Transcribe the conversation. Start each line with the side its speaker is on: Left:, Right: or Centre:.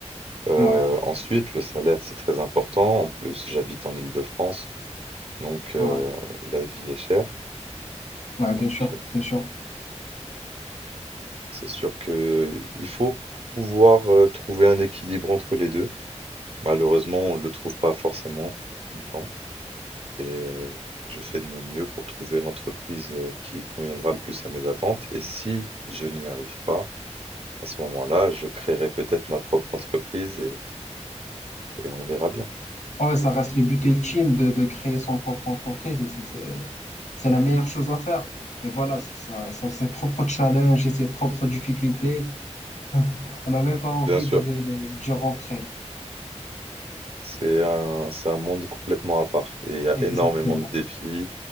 Right: Heu,
Left: Ouais,
Right: ensuite, le salaire, c'est très important. En plus, j'habite en Île-de-France, donc
Left: ouais,
Right: heu, la vie est chère.
Left: ouais,
Right: Donc
Left: bien sûr,
Right: heu,
Left: bien sûr.
Right: c'est sûr qu'il faut pouvoir, heu, trouver un équilibre entre les 2. Malheureusement, on ne le trouve pas forcément tout le temps et heu, je fais de mon mieux pour trouver l'entreprise, heu, qui conviendra le plus à mes attentes et si je n'y arrive pas, À ce moment-là, je créerai peut-être ma propre entreprise et, et on verra bien.
Left: Ouais, ça reste le but ultime de, de créer son propre entreprise. et C'est c'est- c'est la meilleure chose à faire. Mais voilà, c'est ça, ça, ses propres challenges et ses propres difficultés. <laughs> On n'a même pas envie
Right: Bien sûr,
Left: de, de, d'y rentrer.
Right: c'est un, c'est un monde complètement à part et il y a
Left: Exactement.
Right: énormément de défis,